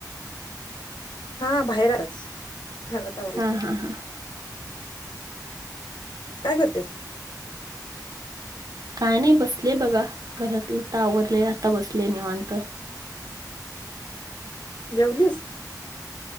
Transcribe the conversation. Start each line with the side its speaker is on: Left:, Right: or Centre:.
Left: हा बाहेरच घरात आवाज येत
Right: हा
Left: नाही
Right: हा हा.
Left: काय करतेस?
Right: काय नाही बसलेय बघा. घरातलं आता आवरलंय आता बसलेय निवांत.
Left: जेवलीस?